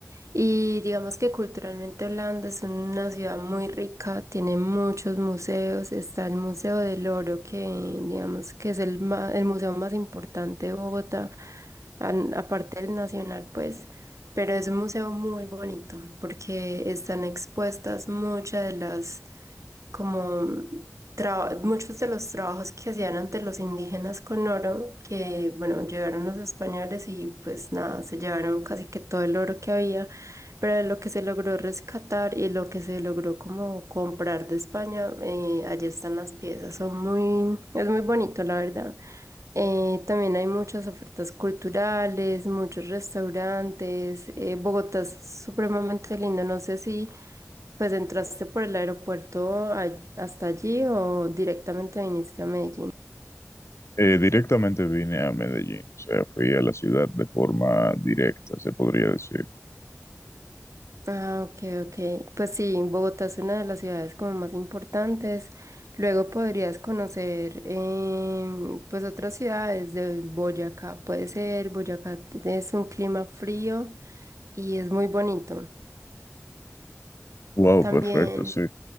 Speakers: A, on the right; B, on the left.
A: y digamos que culturalmente Holanda es una ciudad muy rica, tiene muchos museos, está el Museo del Oro, que digamos que es el, ma- el museo más importante de Bogotá, an- aparte del Nacional, pues, pero es un museo muy bonito porque están expuestas muchas de las como tra- muchos de los trabajos que hacían antes los indígenas con oro, que bueno, llegaron los españoles y pues nada, se llevaron casi que todo el oro que había, pero de lo que se logró rescatar y lo que se logró como comprar de España, eh, allí están las piezas, son muy, es muy bonito la verdad. Eh, también hay muchas ofertas culturales, muchos restaurantes, eh, Bogotá es supremamente lindo, no sé si... Pues entraste por el aeropuerto a- hasta allí o directamente viniste a Medellín.
B: Eh, directamente vine a Medellín, o sea, fui a la ciudad de forma directa, se podría decir.
A: Ah, ok, ok. Pues sí, Bogotá es una de las ciudades como más importantes. Luego podrías conocer em, pues otras ciudades de Boyacá. Puede ser, Boyacá es un clima frío y es muy bonito.
B: Wow,
A: También.
B: perfecto, sí.